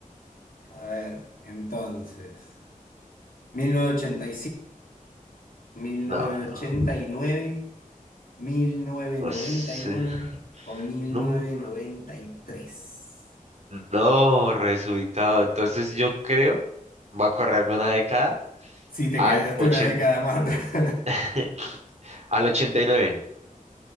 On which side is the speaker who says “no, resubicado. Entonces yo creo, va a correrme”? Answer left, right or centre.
Right